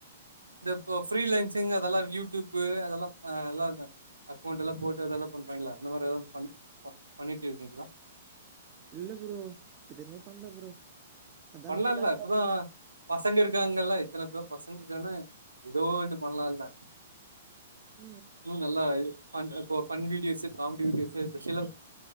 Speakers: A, on the right; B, on the right.
A: இந்த இப்ப ஃப்ரீலன்சிங் அதெல்லா யூடியூப்பூ அதெல்லா ஆ அதெல்லால்ல அக்கௌண்ட் எல்லா போட்டு அதெல்லாபன்றாங்ல்ல இந்த மாரி ஏதாது பன் ப பன்னிட்டு இருக்கீங்ளா
B: இல்ல ப்ரோ எதுமே பண்ல ப்ரோ அதான்
A: பண்லால்ல
B: ப்ரோ லேப்டாப்ல
A: இப்பதா பசங்க இருக்காங்கல்ல எத்தன பேரு பசங்க இருக்கான ஏதோ ஒன்னு பண்லால
B: ம்
A: இன்னு நல்லா பன் இப்ப பன் வீடியோஸு காமெடி வீடியோஸு ஸ்பஷல